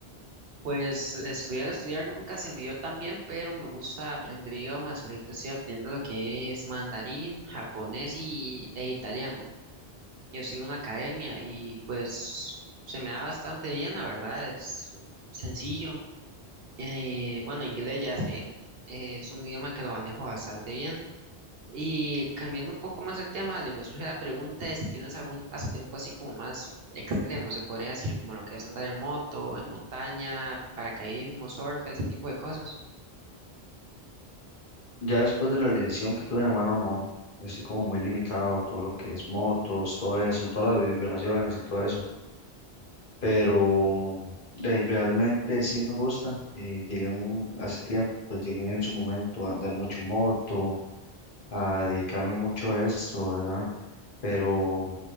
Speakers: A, on the right (about 65°); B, on the left (about 55°).
A: Pues estudiar, estudiar nunca se me dio tan bien, pero me gusta aprender idiomas. Ahorita estoy aprendiendo lo que es mandarín, japonés y, e italiano. Yo sigo una academia y pues se me da bastante bien, la verdad, es sencillo. Eh, bueno, inglés ya sé, eh, es un idioma que lo manejo bastante bien. Y cambiando un poco más el tema, Ale, me surge la pregunta de si tienes algún pasatiempo así como más extremo, se podría decir como lo que es andar en moto, en montaña, paracaidismo, surf, ese tipo de cosas.
B: Ya después de la lesión que tuve en la mano, no. Estoy como muy limitado todo lo que es motos, todo eso, todas las vibraciones y todo eso. Pero de- realmente sí me gusta. eh, llegué un- hace tiempo, pues llegué en su momento a andar mucho moto, a dedicarme mucho a esto, ¿verdad? Pero